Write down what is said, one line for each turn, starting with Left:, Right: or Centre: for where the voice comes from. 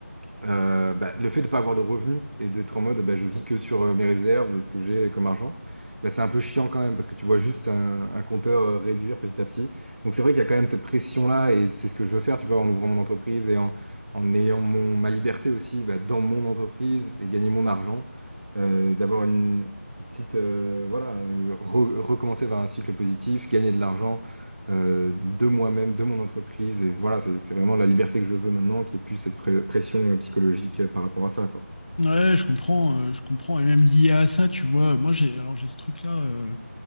Right: Euh, bah, le fait de pas avoir de revenus et d'être en mode bah, je vis que sur euh, mes réserves et ce que j'ai comme argent, bah, c'est un peu chiant quand même parce que tu vois juste un, un compteur euh, réduire petit à petit. Donc c'est vrai qu'il y a quand même cette pression-là et c'est ce que je veux faire, tu vois, en ouvrant mon entreprise et en, en ayant mon, ma liberté aussi bah, dans mon entreprise et gagner mon argent, euh, d'avoir une petite, euh, voilà, euh, re- recommencer vers un cycle positif, gagner de l'argent euh, de moi-même, de mon entreprise. Et voilà, c'est c'est vraiment la liberté que je veux maintenant, qui est plus cette pré- pression euh, psychologique euh, par rapport à ça, quoi.
Left: ouais, je comprends, euh, je comprends. Et même lié à ça, tu vois, moi j'ai, alors j'ai ce truc-là euh,